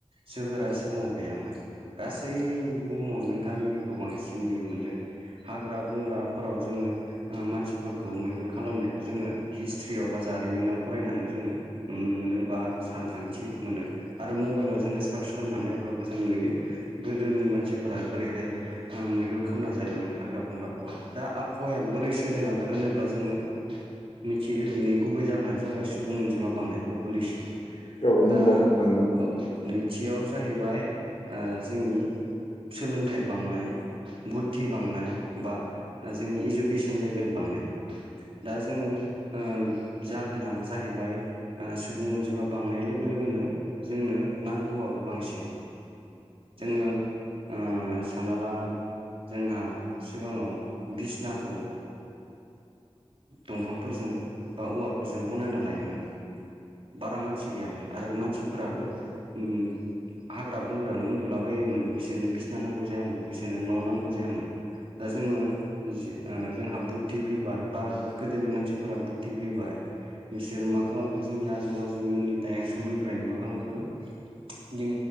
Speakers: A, on the right (about 60°); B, on the left (about 60°).
A: सोहोरा सिगाङाव गैयामोन गासै बुहुमावनो गामिखौ बांसिन नुयोमोन जों। हाग्रा बंग्राफोराव जोङो मानसिफोरखौ मैहुर खालामनायखौ जोङो हिस्ट्रियाव बा जारिमिनाव फरायनानै जोङो नुनो मोनोबा सानखांथि मोनो आरो मबाइलाव जोङो सार्च खालामनानै नायब्लाबो जों नुयो गोदोनि मानसिफोरा बोरैहाय मैहुर खालामना जायोमोन हाग्रा बंग्राफोराव दा आबहावाया बोरै सोलायलांखो होनोब्ला जोङो
B: <inaudible>
A: मिथियो बिनि गुबै जाहोनानो जाबाय सुबुं अनजिमा बांनाय पपुलेसन।
B: औ नंग'
A: दा
B: नंगौ।
A: औ नैथियाव जाहैबाय जोंनि सोलोंथाइ बांनाय। बुद्धि बांनाय बा जोंनि इजुकेसन लेभेल बांनाय। दा जोङो जाहोना जाहैबाय सुबुं अनजिमा बांनाय लोगो लोगोनो जोंनो नांगौआबो बांसिन।
B: उम
A: जोङो ओ सानना ला जोंहा सिगाङाव बिसनाखौ दंफांफोरजों बा औवाफोरजों बनायना लायोमोन। बारा मानसि गैयामोन आरो मानसिफोराबो उम हाग्रा बंग्रायावनो उन्दुलाबायोमोन बिसोरनो बिसिना नांगौ जायामोन बिसोरनो न' नांगौ जायामोन। दा जोङो जोंहा बुद्धि फैबाय बा गोदोनि मानसिफोरा बुद्धि फैबाय। बिसोर मा खालामखो जोंनि आजौ आजैमोननि समनिफ्रायनो मा खालामखो दिं